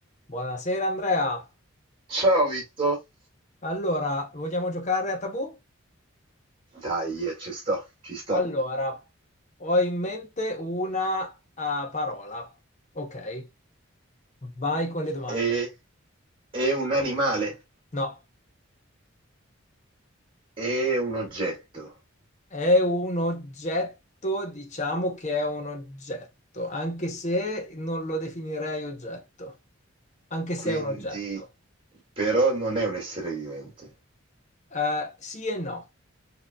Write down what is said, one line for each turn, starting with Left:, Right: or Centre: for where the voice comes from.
Left: Buonasera Andrea.
Right: Ciao Vitto.
Left: Allora, vogliamo giocare a tabù?
Right: Dai, eh, ci sto, ci sto.
Left: Allora, ho in mente una ah, parola. Ok, vai con le domande.
Right: È, è un animale,
Left: No,
Right: è un oggetto,
Left: è un oggetto, diciamo che è un oggetto, anche se non lo definirei oggetto, anche
Right: quindi
Left: se è un oggetto.
Right: però non è un essere vivente.
Left: Eh, sì e no.